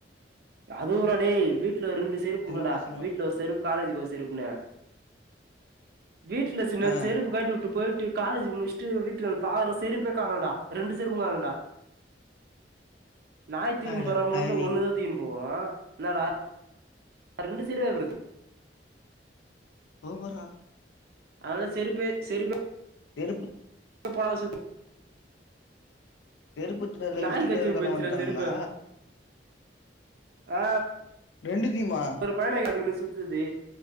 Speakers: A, on the right; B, on the left.
A: அது வுறா டேய் வீட்ல ஒரு ரெண்டு செருப்புக்குண்டா
B: சின்ன பசங்கள
A: வீட்ல ஒரு செருப் காலேஜக்கு ஒரு செருப்புனு வீட்ல சின்ன
B: ஆ
A: செருப்பு கயட்டி வுட்டு போய்ட்டு காலேஜ் முடிச்ட்டு வீட்டுக் வந்து பாக்கற செருப்பே காணோடா ரெண்டு செருப்பு காணோடா நாய் தூக்கின்
B: அடப்பாவி
A: போறமா இருந்தா ஒண்ணு தா தூக்கின் போவு என்னடா ரெண்டு சைடு <unintelligible>
B: சூப்பரா
A: அதல செருப்பே செரி ப
B: செருப்பு
A: எங்க போனாலு சுத்து
B: செருப்பு எடுத்துடு வரதுக்கு
A: நாய்
B: திருடர்களா
A: கடிச்சிட்டு போயிடுச்சுடா
B: வன்ட்டானுங்களா
A: செருப்ப ஆ
B: ரெண்டுத்தியிமா
A: ஒரு பயன அதுக்குன்னே சுத்துது